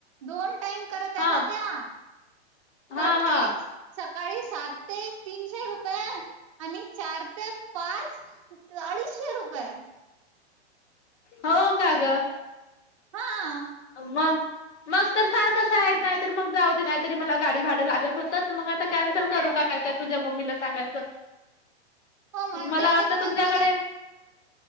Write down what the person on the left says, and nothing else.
हा
हा
हा
हो का ग.
मग मग तर सारखं आहेसाणार. तर मग जाऊ दे नाहीतरी मला गाडी भाडं लागत होतंच, मग आता कॅन्सल करू काय का तझ्या मम्मीला सांगायचं.
मला
वाटत
तुमच्याकडे